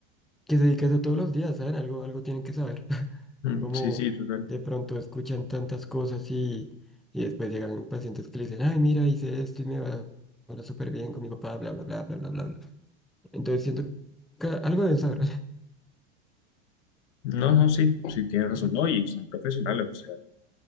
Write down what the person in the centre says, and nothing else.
que se dedica a eso todos los días, ¿saben? Algo, algo tienen que saber. <laughs>
Como
de pronto escuchan tantas cosas y, y después llegan pacientes que le dicen, ay, mira, hice esto y me va ahora súper bien con mi papá, bla, bla, bla, bla, bla, bla, bla. Entonces siento que algo deben saber. <laughs>
Ujú.